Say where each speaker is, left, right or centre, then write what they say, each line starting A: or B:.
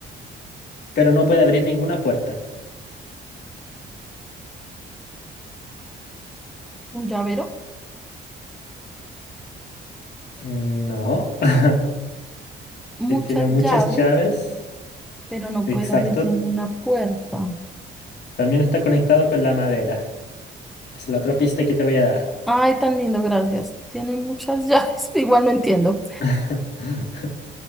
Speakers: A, on the left; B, in the centre.
A: pero no puede abrir ninguna puerta?
B: Un llavero,
A: No. <laughs>
B: muchas
A: ¿Qué tiene muchas
B: llaves,
A: llaves?
B: pero no
A: Exacto.
B: puede abrir ninguna puerta.
A: También está conectado con la madera. Es la otra pista que te voy a dar.
B: Ay, tan lindo, gracias. Tiene muchas llaves, <laughs> igual no entiendo.
A: <laughs>